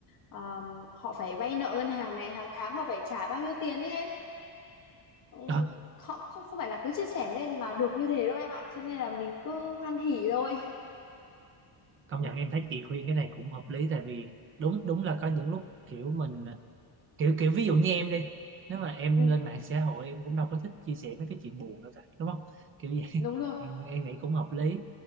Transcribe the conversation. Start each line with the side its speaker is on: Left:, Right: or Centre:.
Left: Ờ, họ phải vay nợ ngân hàng này hàng tháng họ phải trả bao nhiêu tiền ấy em Ừ,
Right: Ờ,
Left: họ không không phải là cứ chia sẻ lên mà được như thế đâu em ạ cho nên là mình cứ hoan hỉ thôi
Right: công
Left: ừ,
Right: nhận em thấy chị khuyên cái này cũng hợp lý tại vì đúng đúng là có những lúc kiểu mình ờ, kiểu kiểu ví dụ như em đi nếu mà em
Left: ừ,
Right: lên mạng xã hội em cũng đâu có thích chia sẻ mấy cái chuyện buồn đâu cả đúng không kiểu vậy <laughs>
Left: đúng rồi
Right: em em nghĩ cũng hợp lý